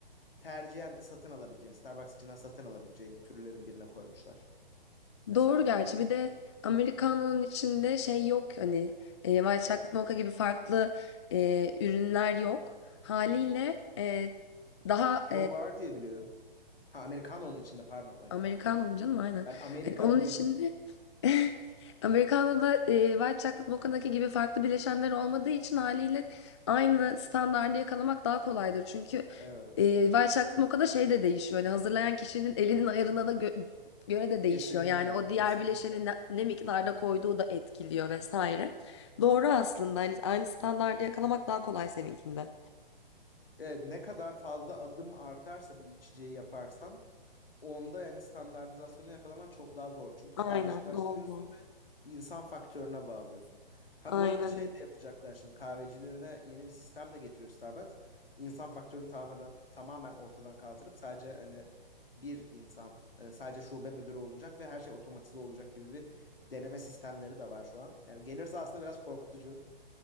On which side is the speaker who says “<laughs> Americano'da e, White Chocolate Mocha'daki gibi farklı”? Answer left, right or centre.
Left